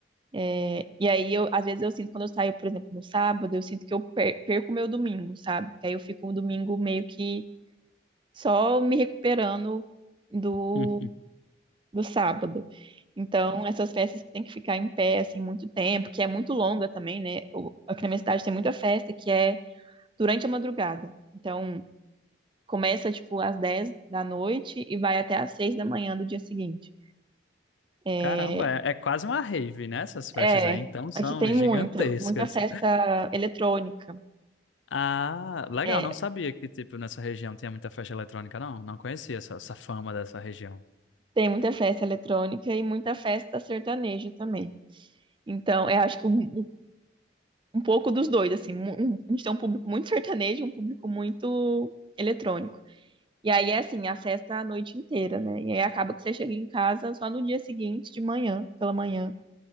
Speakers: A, on the right (about 25°); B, on the left (about 90°).
A: É, E aí, eu, às vezes eu sinto, quando eu saio, por exemplo, no sábado, eu sinto que eu per- perco o meu domingo, sabe? Que aí eu fico um domingo meio que só me recuperando do,
B: <laughs>
A: do sábado. Então, essas festas que tem que ficar em pé, assim, muito tempo, que é muito longa também, né? O- Aqui na minha cidade tem muita festa que é durante a madrugada. Então, começa, tipo, às 10 da noite e vai até às 6 da manhã do dia seguinte.
B: Caramba,
A: É,
B: é, é quase uma rave, né? Essas festas
A: é,
B: aí, então são
A: aqui tem
B: gigantescas.
A: muita, muita festa eletrônica.
B: Ah, legal,
A: É,
B: não sabia que, tipo, nessa região tinha muita festa eletrônica, não. Não conhecia essa, essa fama dessa região.
A: tem muita festa eletrônica e muita festa sertaneja também. Então, eu acho que o, um pouco dos dois, assim, mu- um- a gente tem um público muito sertanejo, e um público muito eletrônico. E aí é assim, a festa a noite inteira, né? E aí acaba que você chega em casa só no dia seguinte, de manhã, pela manhã.